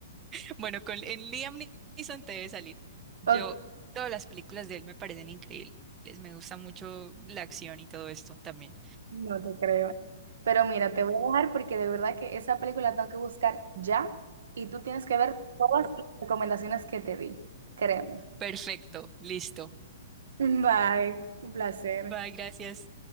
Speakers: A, on the right; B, on the right.
A: <laughs> Bueno, con en Liam Neeson te debe salir. Yo,
B: Ok,
A: todas las películas de él me parecen increíbles. Me gusta mucho la acción y todo esto también.
B: no te creo. Pero mira, te voy a dejar porque de verdad que esa película tengo que buscar ya y tú tienes que ver todas las recomendaciones que te di. Créeme.
A: Perfecto, listo.
B: <laughs> Bye, un placer.
A: Bye, gracias.